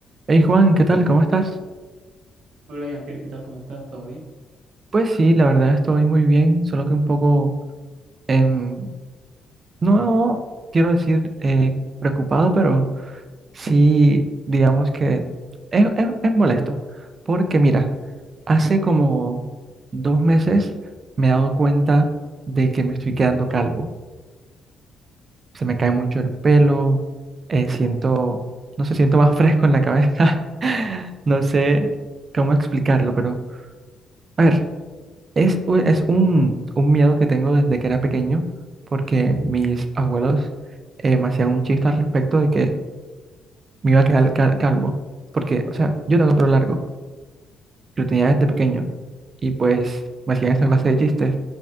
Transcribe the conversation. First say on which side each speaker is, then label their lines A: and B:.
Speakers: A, on the right; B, on the right.
A: Hey Juan, ¿qué tal? ¿Cómo estás?
B: Hola, Jean-Pierre, ¿qué tal? ¿Cómo estás? ¿Todo bien?
A: Pues sí, la verdad estoy muy bien, solo que un poco, em, no quiero decir eh, preocupado, pero sí, digamos que es, es- es molesto, porque mira, hace como dos meses me he dado cuenta de que me estoy quedando calvo. Se me cae mucho el pelo, eh, siento, no sé, siento más <laughs> fresco en la cabeza. <laughs> No sé cómo explicarlo, pero a ver. Es, u- es un, un miedo que tengo desde que era pequeño, porque mis abuelos eh, me hacían un chiste al respecto de que me iba a quedar cal- calvo, porque, o sea, yo tengo el pelo largo, y lo tenía desde pequeño, y pues me hacían esta clase de chistes,